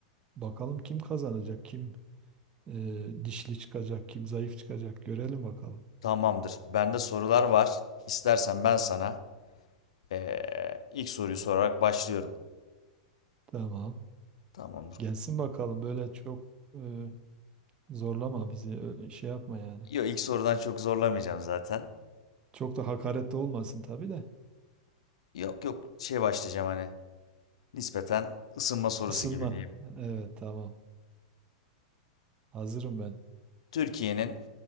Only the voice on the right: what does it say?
Bakalım kim kazanacak, kim e, dişli çıkacak, kim zayıf çıkacak görelim bakalım.
Tamam.
Gelsin bakalım böyle çok e, zorlama bizi ö- şey yapma yani.
Çok da hakaretli olmasın tabii de.
Isınma.
Evet tamam. Hazırım ben.